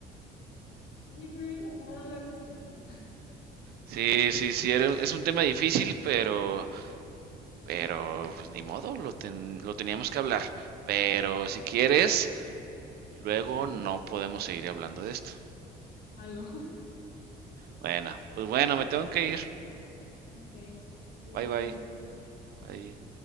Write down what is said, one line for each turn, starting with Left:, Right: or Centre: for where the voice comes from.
Left: Sí, pero ya hay que dejar de hablar de esto, ¿no? <laughs>
Right: Sí, sí, sí, era- es un tema difícil, pero Pero pues ni modo, lo, ten- lo teníamos que hablar. Pero si quieres, luego no podemos seguir hablando de esto.
Left: Aló.
Right: Bueno, pues bueno, me tengo que ir.
Left: Ok, entonces
Right: Bye
Left: bien
Right: bye. Bye.